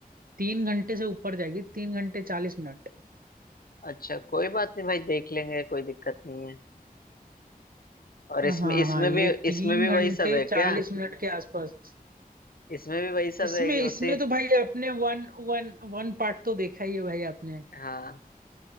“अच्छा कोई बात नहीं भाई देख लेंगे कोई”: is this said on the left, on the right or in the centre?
Left